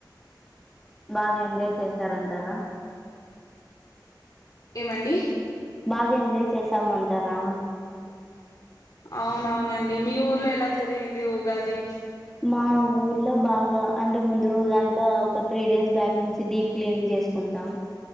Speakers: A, in the centre; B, on the left.
A: బాగా ఎంజాయ్ చేసారంటారా
B: ఏమండి
A: బాగా ఎంజాయ్ చేసాము అంటారా
B: అవునవునండి మీ ఊర్లో ఎలా జరిగింది ఉగాది
A: మా ఊర్ ల బాగా అంటే ముందు రోజు అంతా ఒక త్రీ డేస్ బ్యాక్ నుంచి డీప్ క్లీనింగ్ చేసుకుంటాం